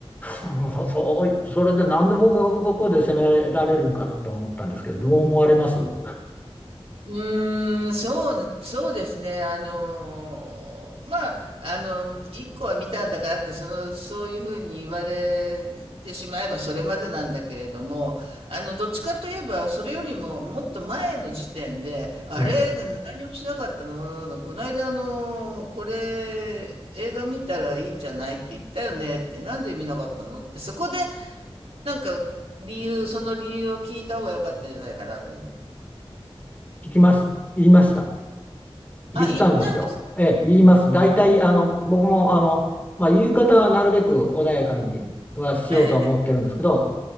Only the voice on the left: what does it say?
もうそう、それでなんで僕がここで責められるんかなと思ったんですけど、どう思われますう
ん、
聞きます。言いました。言ったんですよ。
ええ、言います。大体、あの、僕も、あの、まあ、言い方はなるべく穏やかにはしようとは思ってるんですけど、